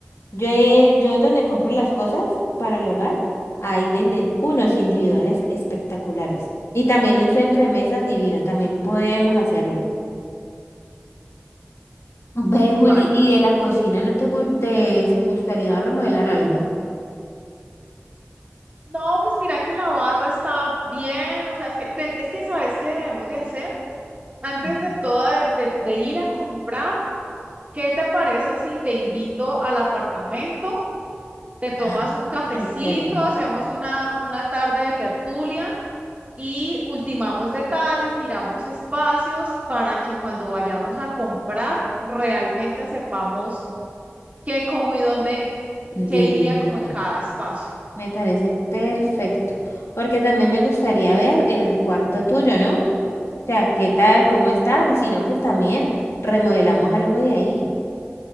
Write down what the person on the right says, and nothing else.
Vale.
No, pues mira que la barra está bien, o sea, es que, ten- es que ¿sabes qué debemos de hacer? Antes
de toda, de, de ir a comprar, ¿qué te parece si te invito al apartamento te tomas
un cafecito,
hacemos una, una tarde de tertulia y ultimamos detalles, miramos espacios para que cuando vayamos a comprar realmente sepamos qué, cómo y dónde,
qué iría como en cada espacio.